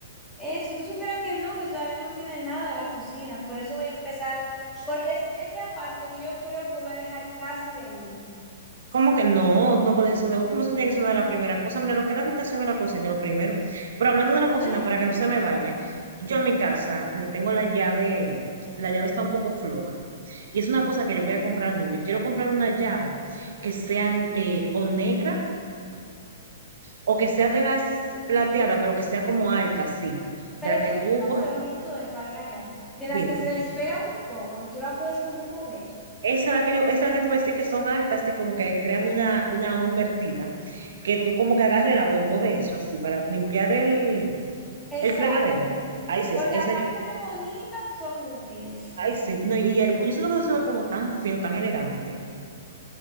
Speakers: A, in the centre; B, on the right.
A: Eh, si tú supieras que no, que todavía no tiene nada la cocina, por eso voy a empezar, porque es, es la parte que yo creo que voy a dejar casi de último.
B: ¿Cómo que no? No puedes eso de último, eso tiene que ser una de las primeras cosas. Mira, lo que es la habitación y la cocina, lo primero. Pero hablando de la
A: Bueno.
B: cocina, para que no se me vaya, yo en mi casa le tengo la llave, la llave está un poco floja. Y es una cosa que yo voy a comprar nueva. Y quiero comprar una llave que sea eh, o negra o que sea de las plateadas, pero que sea como alta, sí,
A: Pero
B: de las que
A: tú,
B: tú
A: ¿qué consejo
B: coges,
A: yo te doy para la llave? De las
B: dime.
A: que se despegan un poco y tú la puedes como mover.
B: Esa es la que yo, esa es la que te voy a decir que son altas, así como que crean una, una O invertida, que tú como que agarres el agua y mueves eso así para limpiar el,
A: Exacto.
B: el fregadero. Ay, sí, esa,
A: Porque
B: esa
A: aparte
B: yo,
A: de bonitas, son útiles.
B: ay, sí, no, y hermo- yo siento que eso se ve como tan fino, tan elegante.